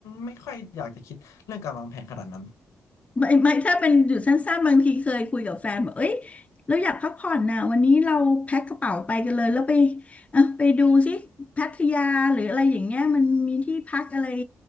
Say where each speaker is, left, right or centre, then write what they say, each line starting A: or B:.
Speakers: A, on the left; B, on the left.
A: ไม่ค่อยอยากจะคิดเรื่องการวางแผนขนาดนั้น
B: ไม่ไม่ถ้าเป็นหยุดสั้นๆบางทีเคยคุยกับแฟนบอกเอ้ยเราอยากพักผ่อนนะวันนี้เราแพ็คกระเป๋าไปกันเลยแล้วไปเออไปดูสิพัทยาหรืออะไรอย่างเงี้ยมันมีที่พักอะไร